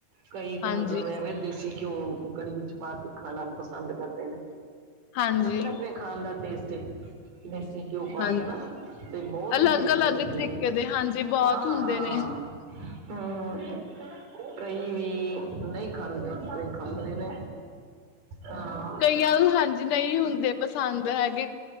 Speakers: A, on the right (about 80°); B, on the left (about 80°).
A: ਕਈ ਤੇ
B: ਹਾਂਜੀ
A: ਮਤਲਬ ਐਂਵੇ ਦੇਸੀ ਘਿਓ ਤੇ ਕੜੀ ਵਿੱਚ ਪਾ ਕੇ ਖਾਣਾ ਪਸੰਦ ਕਰਦੇ ਨੇ।
B: ਹਾਂਜੀ
A: ਆਪਣੇ-ਆਪਣੇ ਖਾਣ ਦਾ ਟੇਸਟ ਏ। ਦੇਸੀ ਘਿਓ ਪਾ
B: ਹਾਂ
A: ਕੇ ਨਾ ਤੇ ਬੋਹੋਤ
B: ਅਲੱਗ
A: ਹੀ ਟੇਸਟੀ
B: ਅਲੱਗ
A: ਲੱਗਦੇ
B: ਤਰੀਕੇ
A: ਨੇ।
B: ਦੇ ਹਾਂਜੀ ਬਹੁਤ
A: ਹਾਂ-ਹਾਂ।
B: ਹੁੰਦੇ ਨੇ
A: ਹਾਂ। ਕਈ ਵੀ ਨਈ ਖਾਂਦੇ, ਕਈ ਖਾਂਦੇ ਨੇ। ਹਾਂ
B: ਕਈਆਂ ਨੂੰ ਹਾਂਜੀ ਨਈ ਹੁੰਦੇ ਪ ਸੰਦ ਹੈਗੇ।